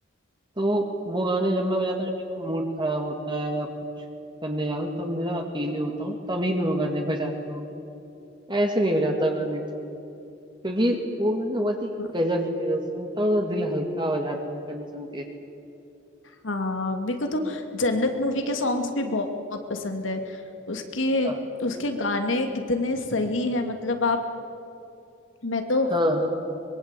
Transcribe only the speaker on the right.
तो वो गाने जब मैं बजाता हूँ जब मेरा मूड खराब होता है या कुछ करने जाता हूँ तब मेरा अकेले होता हूँ तभी मैं वो गाने बजाता हूँ ऐसे नहीं बजाता गाने क्योंकि वो गाने बहुत ही
गजब के हैं। सुनता हूँ तो दिल हल्का हो जाता है गाने सुन के
हाँ
हाँ